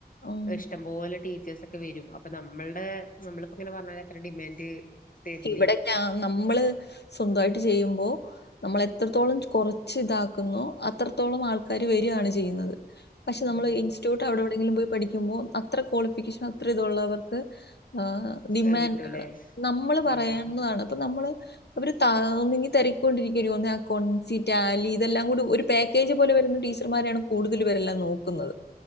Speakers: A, on the left; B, on the left.
A: ഉം.
B: ഇഷ്ടം പോലെ ടീ ച്ചേസൊക്ക ഒക്കെ വരും അപ്പൊ നമ്മളുടെ നമ്മളിപ്പോ ഇങ്ങനെ പറഞ്ഞാല് അത്ര ഡിമാൻഡ് തരില്ലേ
A: ഇവിടൊക്കെ നമ്മള് സ്വന്തയിട്ട് ചെയ്യുമ്പോ നമ്മൾ എത്രത്തോളം കുറച്ച് ഇതാക്കുന്നു അത്രത്തോളം ആൾക്കാര് വരുവാണ് ചെയ്യുന്നത് പക്ഷെ
B: ആഹ്
A: നമ്മള് ഇൻറ്റ്യൂട്ട് അവിടെ എവിടെങ്കിലും പോയി പഠികുമ്പോ അത്ര ക്വാളിഫിക്കേഷൻ അത്ര ഇതൊള്ളവർ ക് ആ ഡിമാൻഡ്
B: ആ കിട്ടൂലേ
A: ആണ് ന ന പറയുന്നതാണ്
B: ആഹ്
A: നമ്മള് അവര് ത ഒന്നിങ്ങി തെരക്കൊണ്ടിരിക്കരുോ ഒ അക്കൺസിറ്റാലി ഇതെല്ലാം കൂടി ഒരു പാക്കേജ് പോലെ വരുന്ന ടീച്ചർമാരെയാണ് കൂടുതൽ ഇവരെല്ലാം നോക്കുന്നത്